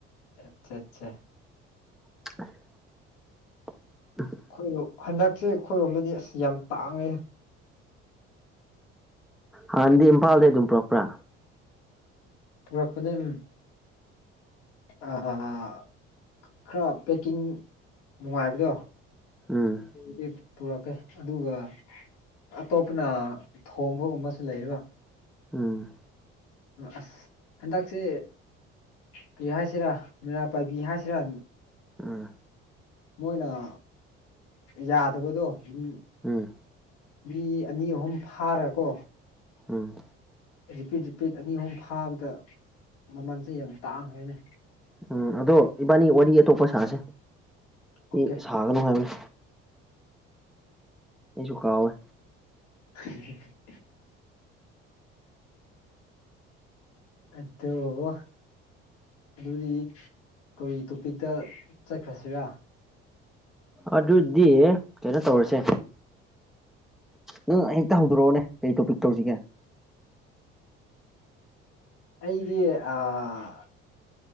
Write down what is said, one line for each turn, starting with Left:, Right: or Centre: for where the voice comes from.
Left: ꯑꯠꯆꯥ ꯆꯥ
Centre: <unintelligible> <unintelligible>
Left: ꯈꯣꯏꯔꯣ ꯍꯟꯗꯛꯁꯦ ꯈꯣꯏꯔꯣꯝꯗꯗꯤ ꯑꯁ ꯌꯥꯝ ꯇꯥꯡꯉꯦ
Centre: ꯍꯥꯟꯅꯗꯤ ꯏꯝꯐꯥꯜꯗꯩ ꯑꯗꯨꯝ ꯄꯨꯔꯛꯄ꯭ꯔꯥ
Left: ꯄꯨꯔꯛꯄꯅꯦ ꯎꯝ ꯑꯥ ꯑꯥ ꯑꯥ ꯈꯔ ꯄꯦꯛꯀꯤꯡ ꯅꯨꯡꯉꯥꯏꯕꯗꯣ
Centre: ꯎꯝ
Left: ꯄꯨꯕꯗꯤ ꯄꯨꯔꯛꯀꯦ ꯑꯗꯨꯒ ꯑꯇꯣꯞꯄꯅ ꯊꯣꯡꯕꯒꯨꯝꯕꯁꯨ ꯂꯩꯌꯦꯀꯣ
Centre: ꯎꯝ
Left: ꯑꯁ ꯍꯟꯗꯛꯁꯦ ꯀꯔꯤ ꯍꯥꯏꯁꯤꯔꯥ ꯃꯩꯔꯥ ꯄꯥꯏꯕꯤ ꯍꯥꯏꯁꯤꯔꯥ
Centre: ꯎꯝ
Left: ꯃꯣꯏꯅ ꯌꯥꯗꯕꯗꯣ ꯃꯤ
Centre: ꯎꯝ
Left: ꯃꯤ ꯑꯅꯤ ꯑꯍꯨꯝ ꯐꯥꯔꯀꯣ
Centre: ꯎꯝ
Left: ꯔꯤꯄꯤꯠ ꯔꯤꯄꯤꯠ ꯑꯅꯤ ꯑꯍꯨꯝ ꯐꯥꯕꯗ ꯃꯃꯜꯁꯦ ꯌꯥꯝ ꯇꯥꯡꯉꯦꯅꯦ
Centre: ꯎꯝ ꯑꯗꯣ ꯏꯕꯥꯟꯅꯤ ꯋꯥꯔꯤ ꯑꯇꯣꯞꯄ ꯁꯥꯁꯦ
Left: ꯑꯣꯀꯦ
Centre: ꯁꯤ ꯁꯥꯒꯅꯣ ꯍꯥꯏꯕꯅꯤ ꯑꯩꯁꯨꯨ ꯀꯥꯎꯋꯦ
Left: <unintelligible> ꯑꯗꯣ ꯑꯗꯨꯗꯤ ꯀꯔꯤ ꯇꯣꯄꯤꯛꯇ ꯆꯠꯈ꯭ꯔꯁꯤꯔꯥ
Centre: ꯑꯗꯨꯗꯤ ꯀꯩꯅꯣ ꯇꯧꯔꯁꯦ ꯅꯪ ꯍꯦꯛꯇ ꯍꯧꯗꯣꯔꯛꯑꯣꯅꯦ ꯀꯩ ꯇꯣꯄꯤꯛ ꯇꯧꯁꯤꯒꯦ
Left: ꯑꯩꯗꯤ ꯑꯥ